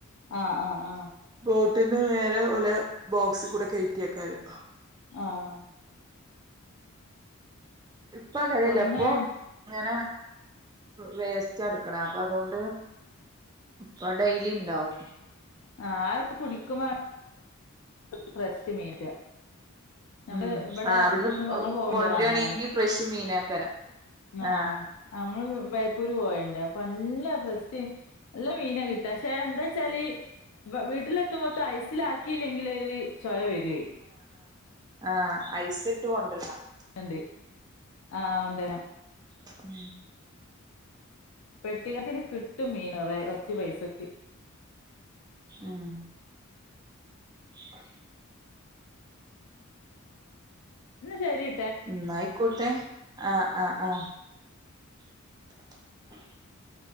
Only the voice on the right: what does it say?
ബോട്ടിന്ന് നേരെ ഓല ബോക്സി കൂടെ കയറ്റിയക്കാരം.
ഇപ്പ കരല്ല
ഇപ്പൊ ഇങ്ങനെ വേസ്റ്റ ഇടുക്കണ അപ്പൊ അതോണ്ട്. ഇപ്പൊ ഡെയിലി ഉണ്ടാവും
ഉം
ആ അവിടുന്ന്
കൊണ്ടുവരാണെങ്കി
ഫ്രഷ് മീനാക്കാരം
ആഹ്
ആഹ് ഐസ് ഇട്ട് കൊണ്ടരണം
ഉം
ഉം ഉ <unintelligible>
ന്നായിക്കോട്ടെ ആഹ് ആഹ് ആഹ് <unintelligible>